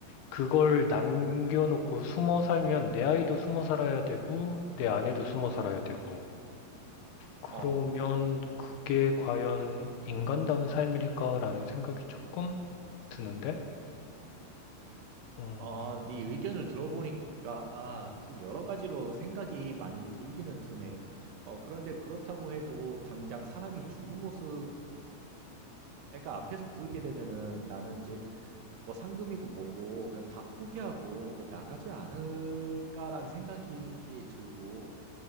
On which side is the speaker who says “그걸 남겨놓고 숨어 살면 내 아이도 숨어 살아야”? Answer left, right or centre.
Left